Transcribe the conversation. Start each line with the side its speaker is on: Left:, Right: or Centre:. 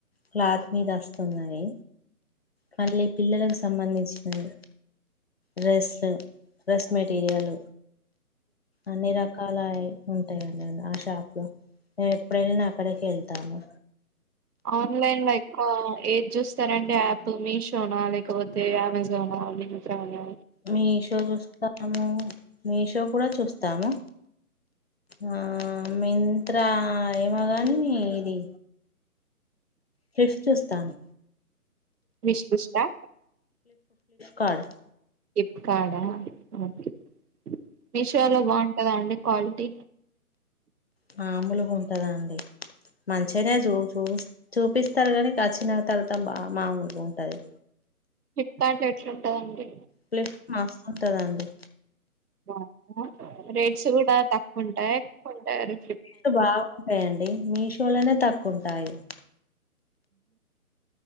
Left: క్లాత్ మీద వస్తునాయి అని మళ్ళీ పిల్లలకు సంబంధించినది డ్రెస్లు, డ్రెస్ మెటీరియల్ అన్ని రకాలఆయె ఉంటాయండి అంద్ ఆ షాప్ లో మేము ఎప్పుడేల్లినా అక్కడికె వెళ్తాము
Right: ఆన్లైన్ లా ఎక్కువా ఏది చూస్తారండి యాప్ మీషోనా లేకపోతే అమెజానా మిత్ర నా
Left: మీషో చూస్తాము మీషో కూడా చూస్తాము ఆ మింత్రా ఏమోగాని ఇది ఫ్లిప్ చుస్తాను
Right: విష్ లిస్ట్ అ
Left: కాడ్
Right: ఫ్లిపకార్డు ఆ ఓకే మీషోలో బాగుంటదా అండి క్వాలిటీ
Left: మాముూలుగా ఉంటందా అండి మంచిగనే చూ చూ చూపిస్తారు కానీ, కచ్చిన తర్వాత బా మామలుగా ఉంటది
Right: ఫ్లిప్కార్ట్ లా ఎట్లా ఉంటదండి
Left: ప్లస్ మస్తుంటదండి
Right: వహ రేట్స్ కూడా తక్కువ ఉంటాయి ఎక్కువుంటాయి అని
Left: రేట్లు బాగుంటాయండి మీషోలోనే తక్కువ ఉంటాయి